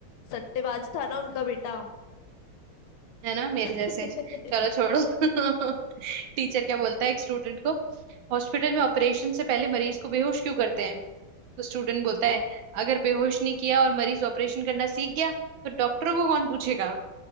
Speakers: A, on the left; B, on the right.
A: सट्टेबाज था ना उनका बेटा
B: है ना मेरे
A: <laughs>
B: जैसे
A: हम्म
B: चलो छोड़ो <laughs> टीचर क्या बोलता है एक स्टूडेंट को हॉस्पिटल में ऑपरेशन से पहले मरीज को बेहोश क्यों करते हैं तो स्टूडेंट बोलता है अगर बेहोश नहीं किया और मरीज ऑपरेशन करना सीख गया तो डॉक्टरों को कौन पूछेगा